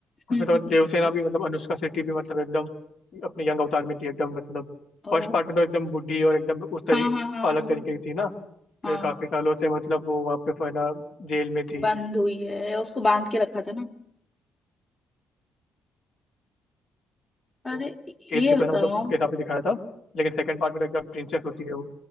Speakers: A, on the left; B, on the left.
A: उसमें
B: हम्म,
A: तो देवसेना भी मतलब अनुष्का शेट्टी भी मतलब एकदम अपने यंग अवतार में थी एकदम मतलब
B: ओ
A: फर्स्ट पार्ट में तो एकदम बूढ़ी और एकदम उस तरी
B: हाँ हाँ हाँ
A: अलग
B: हाँ हाँ
A: तरीके की थी ना
B: हाँ,
A: फिर काफी सालों से मतलब वो वहाँ पे फिर ना जेल में थी
B: बंद हुई है उसको बांध के रखा था ना अरे
A: तो केस
B: ये
A: थी तो
B: बताओ
A: ना मतलब उसके हिसाब से दिखाया था लेकिन सेकंड पार्ट में तो एकदम प्रिंसेस होती है वो